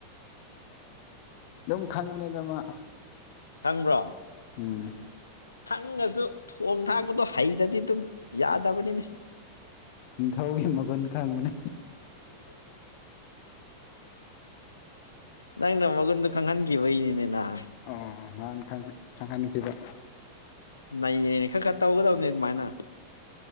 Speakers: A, on the left; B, on the left.
A: ꯑꯗꯨꯝ ꯈꯪꯕꯅꯦꯗ ꯃꯥ
B: ꯈꯪꯕ꯭ꯔꯣ
A: ꯎꯝ
B: ꯈꯪꯉꯁꯨ ꯊꯣꯡ ꯊꯥꯡꯕꯗꯣ ꯍꯩꯗꯗꯤ ꯑꯗꯨꯝ ꯌꯥꯗꯕꯅꯤꯅꯤ
A: ꯅꯤꯡꯊꯧꯒꯤ ꯃꯒꯨꯟ ꯈꯪꯕꯅꯦ
B: ꯅꯪꯅ ꯃꯒꯨꯟꯗꯣ ꯈꯪꯍꯟꯈꯤꯕꯩꯅꯤꯅꯦ ꯅꯍꯥꯟ
A: ꯑꯣ ꯅꯥꯟ ꯈꯪꯉꯅꯤꯁꯤꯕ
B: ꯅꯩꯅꯦ ꯈꯔ ꯈꯔ ꯇꯧꯒꯗꯕꯅꯤ ꯑꯗꯨꯃꯥꯏꯅ